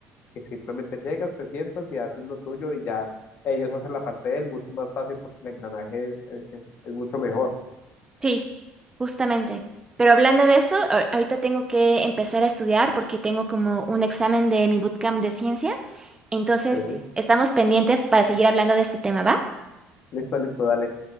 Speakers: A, on the left; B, on the right.
A: que simplemente llegas, te sientas y haces lo tuyo y ya ellos hacen la parte de él mucho más fácil porque el engranaje es, es, es- es mucho mejor,
B: Sí, justamente. Pero hablando de eso, ahor- ahorita tengo que empezar a estudiar porque tengo como un examen de mi bootcamp de ciencia. Entonces,
A: ¿sí?
B: estamos pendientes para seguir hablando de este tema, ¿va?
A: Listo, listo, dale.